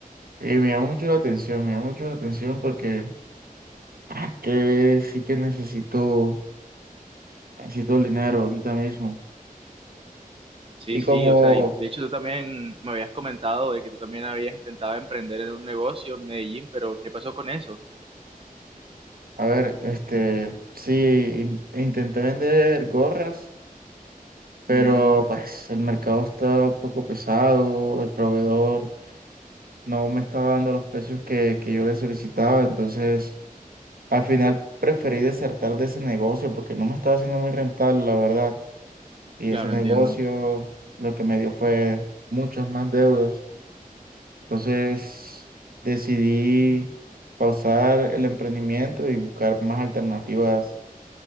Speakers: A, on the right; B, on the right.
A: Eh, me llama mucho la atención, me llama mucho la atención porque ah, que sí que necesito, necesito el dinero ahorita mismo.
B: Sí,
A: Y
B: sí,
A: como,
B: o sea, y de hecho tú también me habías comentado de que tú también habías intentado emprender en un negocio en Medellín, pero ¿qué pasó con eso?
A: a ver, este, sí, in- intenté vender gorras pero
B: Mm,
A: pues el mercado está un poco pesado, el proveedor no me estaba dando los precios que, que yo le solicitaba, entonces al final preferí desertar de ese negocio porque no me estaba haciendo muy rentable, la verdad, y
B: claro,
A: ese negocio
B: entiendo.
A: lo que me dio fue muchas más deudas, entonces decidí pausar el emprendimiento y buscar más alternativas